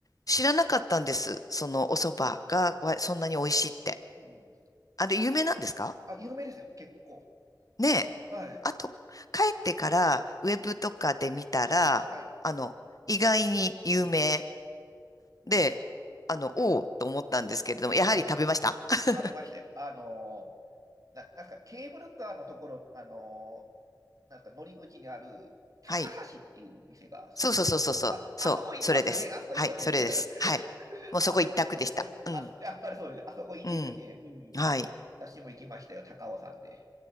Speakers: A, on the left; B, on the right.
A: 知らなかったんです。そのお蕎麦がわそんなに美味しいって。
B: ん。うん。
A: あれ、有名なんですか
B: あ、有名ですよ、結構。
A: ねえ。
B: はい。
A: あと、帰ってからウェブとかで見たら、
B: はい。
A: あの、意外に有名
B: うん。うん。
A: で、あの、おおと思ったんですけれども、
B: <laughs>
A: やはり食べました。<laughs>
B: 食べましたよ。あのな、なんかケーブルカーのところ、あのーなんか乗り口にある高橋っていう店がすごくお、
A: はい。そうそうそうそうそう。
B: あ、
A: そう。
B: あそこ行きますよね。
A: それです。
B: あそこ行きますよね。
A: はい。それです。はい。
B: <laughs>
A: もうそこ一択でした。
B: あそ、
A: うん。
B: あそ、やっぱりそうです。あそこいいですよね。
A: うん。
B: うん。
A: はい。
B: 私も行きましたよ、高尾山で。